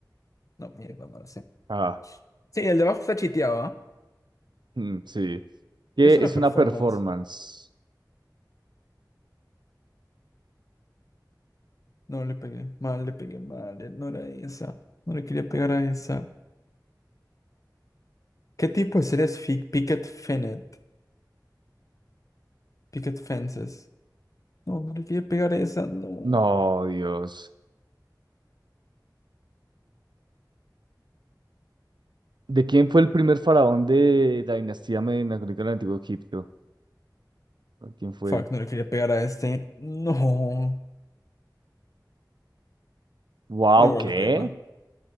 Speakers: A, on the left; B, on the right.
A: No, mierda, no lo sé.
B: Ah,
A: Sí, el de abajo está chiteado, ¿ah?
B: mm, sí. ¿Qué
A: Es
B: es
A: una performance.
B: una performance?
A: No le pegué. Mal, le pegué mal. eh, No era esa. No le quería pegar a esa. ¿Qué tipo de serie es Fi- Picket Fennet, Picket Fences. No, no le quería pegar a esa. No.
B: No, Dios. ¿De quién fue el primer faraón de la dinastía media del Antiguo Egipto? ¿Quién fue?
A: Fuck, no le quería pegar a este. No.
B: Wow,
A: Ah, igual
B: ¿qué?
A: le pegué mal.